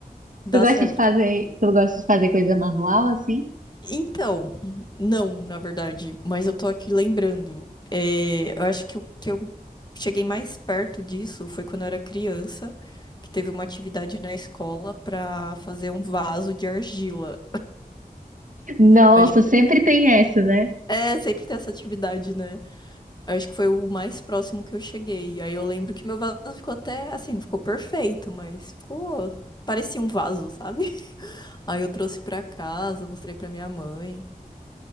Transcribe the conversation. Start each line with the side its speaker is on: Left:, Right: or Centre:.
Left: Dá
Right: tu gosta
Left: certo.
Right: de fazer, tu gosta de fazer coisa manual, assim?
Left: Então, não, na verdade, mas eu tô aqui lembrando. É, eu acho que o que eu cheguei mais perto disso foi quando eu era criança, que teve uma atividade na escola pra fazer um vaso de argila.
Right: Nossa,
Left: Acho que
Right: sempre tem essa, né?
Left: é, sempre tem essa atividade, né? Acho que foi o mais próximo que eu cheguei. Aí eu lembro que meu vaso ficou até assim, não ficou perfeito, mas ficou parecia um vaso, sabe? <laughs> Aí eu trouxe pra casa, mostrei pra minha mãe.